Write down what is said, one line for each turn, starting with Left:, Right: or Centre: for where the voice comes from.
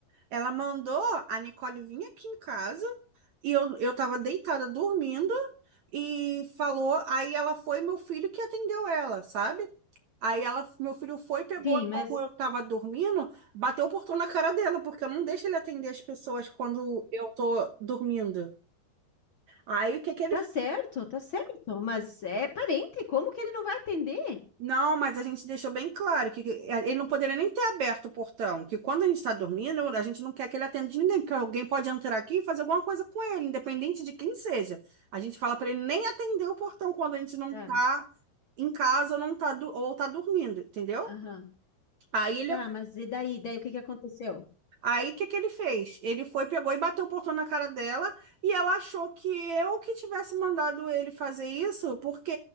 Right: Ela mandou a Nicole vir aqui em casa e eu, eu tava deitada dormindo e falou. Aí ela foi, meu filho que atendeu ela, sabe? Aí ela, meu filho foi, pegou,
Left: sim, mas
Right: como eu tava dormindo, bateu o portão na cara dela, porque eu não deixo ele atender as pessoas quando eu tô dormindo. Aí o que que ele
Left: tá certo, tá certo. Mas é parente, como que ele não vai atender?
Right: Não, mas a gente deixou bem claro que que eh, ele não poderia nem ter aberto o portão, que quando a gente está dormindo, a gente não quer que ele atenda de ninguém, porque alguém pode entrar aqui e fazer alguma coisa com ele, independente de quem seja. A gente fala para ele nem atender o portão quando a gente não
Left: Tá,
Right: está em casa ou não tá, do- ou tá dormindo, entendeu?
Left: aham.
Right: Aí ele
Left: Tá, mas e daí? Daí o que que aconteceu?
Right: Aí, o que que ele fez? Ele foi, pegou e bateu o portão na cara dela e ela achou que eu que tivesse mandado ele fazer isso porque